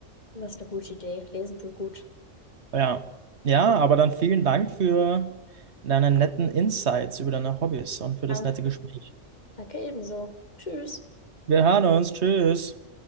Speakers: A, on the left (about 35°); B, on the right (about 60°).
A: Das ist eine gute Idee. Lesen tut gut.
B: Ja. Ja, aber dann vielen Dank für deine netten Insights über deine Hobbys und für das
A: Danke.
B: nette Gespräch.
A: Danke ebenso. Tschüss.
B: Wir hören uns. Tschüss.